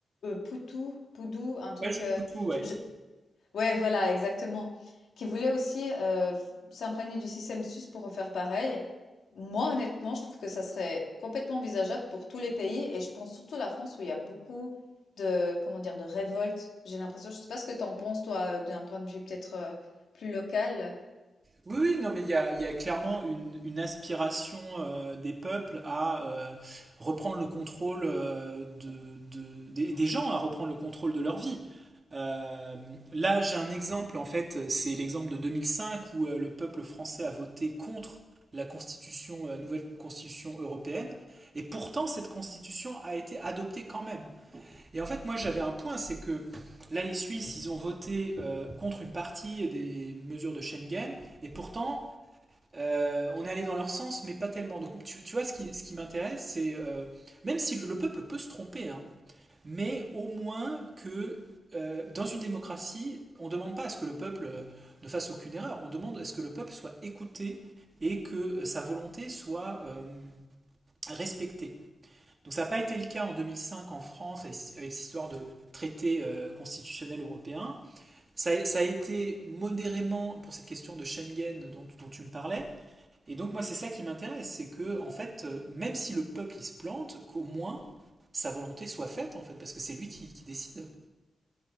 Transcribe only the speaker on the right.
Ouais, je
tout, ouais.
Oui, oui, non, mais il y a, il y a clairement une, une aspiration euh, des peuples à euh, reprendre le contrôle euh, de, de- des, des gens, à reprendre le contrôle de leur vie. Euh, là, j'ai un exemple, en fait, c'est l'exemple de 2005 où euh, le peuple français a voté contre la constitution, la nouvelle constitution européenne, et pourtant cette constitution a été adoptée quand même. Et en fait, moi, j'avais un point, c'est que là, les Suisses, ils ont voté euh, contre une partie des mesures de Schengen, et pourtant, euh, on est allé dans leur sens, mais pas tellement. Donc, tu, tu vois, ce qui, ce qui m'intéresse, c'est euh, même si le, peuple peut se tromper, hein, mais au moins que euh, dans une démocratie, on ne demande pas à ce que le peuple euh, ne fasse aucune erreur, on demande à ce que le peuple soit écouté et que euh, sa volonté soit euh, respectée. Donc ça n'a pas été le cas en 2005 en France avec cette histoire de traité euh, constitutionnel européen. Ça, ça, a été modérément pour cette question de Schengen dont, dont tu me parlais. Et donc moi c'est ça qui m'intéresse, c'est que en fait euh, même si le peuple il se plante, qu'au moins sa volonté soit faite en fait parce que c'est lui qui, qui décide.